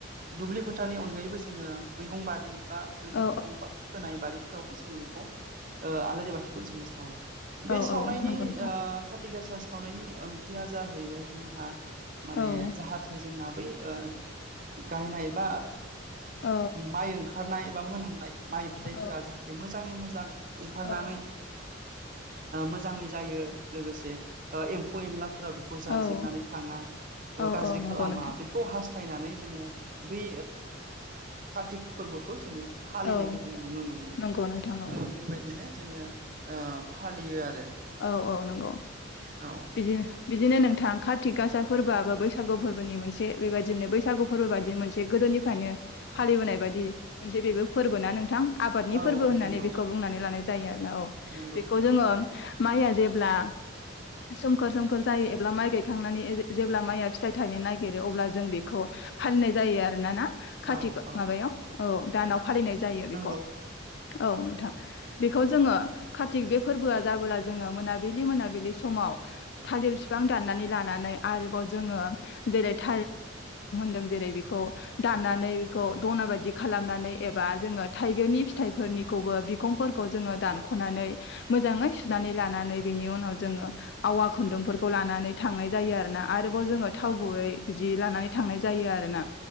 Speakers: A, on the right; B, on the left.
A: दुब्लि फोथारनि अनगायैबो जोङो मैगं बारि बा मैगं
B: औ
A: -थाइगं फोनाय बारिफोरावबो जोङो बेखौ ओ आलारि बाथिखौ जोङो सावो।
B: औ
A: बे
B: औ
A: सावनायनि
B: नंगौ नोंथां
A: ओ खाथि गासा सावनायनि खानथिआ जाहैबाय जोंहा माने
B: औ
A: जाहाथे जोंना बै ओ गायनाय एबा
B: औ
A: माइ ओंखारनाय एबा मोनहांनाय माइ फिथाइफोरा
B: औ
A: जाहाथे मोजाङै मोजां ओंखारनानै
B: औ
A: मोजाङै जायो लोगोसे एम्फौ -एनलाफोराव बेखौ जाजोबनानै
B: औ
A: थाङा
B: औ
A: बा गाज्रि
B: औ नंगौ
A: खालामा
B: नोंथां
A: बेखौ हास्थायनानै जों बे कातिक फोरबोखौ जोङो फालिनायखौ
B: औ
A: जोङो नुनो मोनो
B: नंगौ नोंथां औ
A: बेबायदिनो जोङो ओ फालियो आरो।
B: औ, औ नंगौ
A: औ
B: बिदिनो -बिदिनो नोंथां काति <unintelligible> फोरबोआबो बैसागु फोरबोनि मोनसे बेबायदिनो बैसागु फोरबो बायदि मोनसे गोदोनिफ्रायनो फालिबोनाय बायदि मोनसे बेबो फोरबोना नोंथां? आबादनि
A: औ
B: फोरबो होननानै
A: नंगौ
B: बेखौ बुंनानै लानाय जायो आरोना औ
A: नंगौ
B: बेखौ जोङो माइया जेब्ला सोमखोर- सोमखोर जायो एब्ला माइ गायखांनानै जेब्ला माइया फिथाइ थायनो नागिरो अब्ला जों बेखौ फालिनाय जायो।
A: औ औ
B: <unintelligible> औ दानाव फालिनाय जायो
A: नंगौ
B: बेखौ। औ नोंथां ।बेखौ जोङो कतिक बे फोरबोआ जाबोला जोङो मोनाबिलि- मोनाबिलि समाव थालिर बिफां दाननानै लानानै आरोबाव जोङो जेरै <unintelligible> <unintelligible> जेरै बेखौ दाननानै बेखौ दना बायदि खालामनानै एबा जोङो थाइगिरनि <unintelligible> फिथाइनिखौबो बिखंफोरखौ जोङो दानख'नानै मोजाङै सुनानै लानानै बेनि उनाव जोङो, आवा खुन्दुंफोरखौ लानानै थांनाय जायो आरोना, आरोबाव जोङो थाव गुबयै बिदि लानानै थांनाय जायो आरोना।